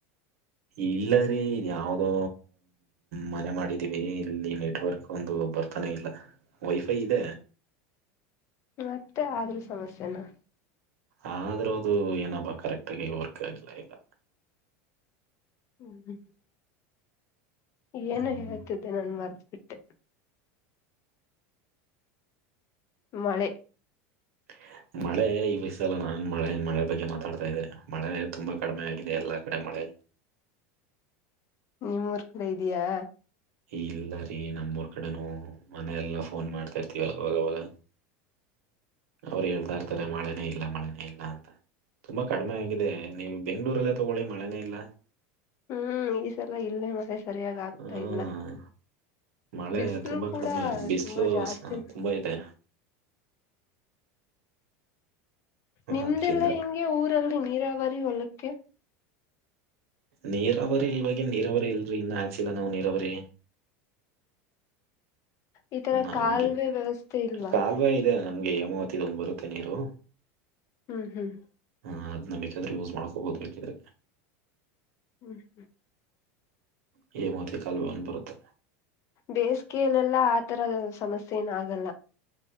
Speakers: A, on the right; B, on the left.
A: ಇಲ್ಲ ರೀ ಇದ್ ಯಾವದೋ ಮನೆ ಮಾಡಿದೀವಿ ಇಲ್ಲಿ ನೆಟ್ವರ್ಕ್ ಒಂದು ಬರ್ತಿಲ್ಲ ಬರ್ತಾನೆ ಇಲ್ಲ <inaudible> ವೈಫೈ ಇದೆ.
B: ಮತ್ತೆ ಆದ್ರೂ ಸಮಸ್ಯೆನಾ?
A: ಆದ್ರೂ ಅದು ಏನಬ ಕರೆಕ್ಟ್ ಆಗಿ ವರ್ಕ್ ಆಗ್ಲ ಇಲ್ಲ
B: ಹ್ಮ್ ಹ್ಮ್ ಹ್ಮ ಏನು
A: ಹ್ಮ್
B: ಹೇಳ್ತಿದ್ದೆ ನಾನ ಮರ್ತ ಬಿಟ್ಟೆ. ಮಳೆ
A: <inaudible> ಮಳೆ ಈ ವಯಸ್ಸಲ್ಲ ನಾನ್ ಮಳೆ ಮಳೆ ಬಗ್ಗೆ ಮಾತಾಡ್ತಾ ಇದೆ ಮಳೆ ತುಂಬಾ ಕಡಿಮೆ ಆಗಿದೆ ಎಲ್ಲಾ ಕಡೆ ಮಳೆ
B: ನಿಮ್ಮೂಊರ್ ಕಡೆ ಇದಿಯಾ?
A: ಇಲ್ಲ ರೀ ನಮ್ಮಊರ್ ಕಡೆನು ಮನೆಯೆಲ್ಲಾ ಫೋನ್ ಮಾಡ್ತಾ ಇರ್ತಿವಲ್ಲ ಅವಾಗವಾಗ <inaudible> ಅವ್ರು ಹೇಳ್ತಾ ಇರ್ತಾರೆ ಮಳೆನೇ ಇಲ್ಲ ಮಳೆನೇ ಇಲ್ಲ ಅಂತಾ ತುಂಬಾ ಕಡಿಮೆ ಆಗಿದೆ ನೀವು ಬೆಂಗ್ಗಳೂರಲ್ಲೇ ತಗೊಳ್ಳಿ ಮಳೆನೇ ಇಲ್ಲ
B: ಹ್ಮ್ ಈ ಸಲ ಇಲ್ಲೇ ಮಳೆ ಸರಿಯಾಗಿ ಆಗ್ತಾ
A: ಹ್ಮ್
B: ಇಲ್ಲ.
A: ಮಳೆ
B: ಬಿಸಲು
A: ತುಂಬಾ
B: ಕೂಡ
A: ಕಡಿಮೆ ಬಿಸಿಲು
B: ತುಂಬಾ ಜಾಸ್ತಿನೆ.
A: ತುಂಬಾ ಇದೆ
B: ನಿಮ್ದೆಲ್ಲ
A: ಆದ್ರಿಂದ
B: ಹೆಂಗೆ ಊರಲ್ಲಿ ನೀರಾವರಿ ಹೊಲಕ್ಕೆ.
A: ನೀರಾವರಿ ಇವಾಗ ನೀರಾವರಿ ಇಲ್ರಿ ಇನ್ನು ಹಾಕ್ಸಿಲ್ಲ ನಾವು ನೀರಾವರಿ.
B: ಈ ತರ
A: ನಾವ
B: ಕಾಲುವೆ
A: ಹಂಗೆ <inaudible> ನಮ್ಗೆ
B: ವ್ಯವಸ್ಥೆ ಇಲ್ವಾ
A: ಕಾಲ್ವೆ ಇದೆ ನಮ್ಗೆ ಹೇಮಾವತಿದೊಂದ ಬರುತ್ತೆ ನೀರು
B: ಹ್ಮ್ ಹ್ಮ್
A: ಹ ಅದ್ನ ಬೇಕಾದ್ರೆ ಯೂಸ್ ಮಾಡ್ಕೋಬಹುದು ಬೇಕಿದ್ರೆ.
B: ಹ್ಮ್ ಹ್ಮ್
A: ಹೇಮಾವತಿ ಕಾಲುವೆ ಒಂದ ಬರುತ್ತೆ.
B: ಬೇಸಿಗೆಯಲೆಲ್ಲಾ ಆತರದ ಸಮಸ್ಯೆ ಏನ ಆಗಲ್ಲ.